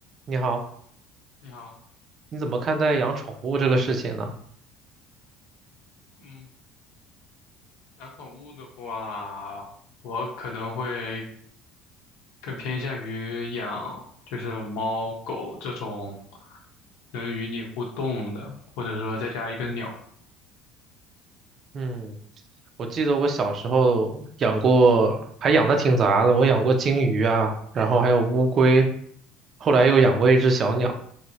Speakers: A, on the right; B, on the left.
A: 你好，
B: 你好，
A: 你怎么看待养宠物这个事情呢？
B: 嗯，养宠物的话，我可能会更偏向于养就是猫狗这种能与你互动的，或者说再加一个鸟。
A: 嗯，我记得我小时候养过，还养的挺杂的，我养过金鱼啊，然后还有乌龟，后来又养过一只小鸟。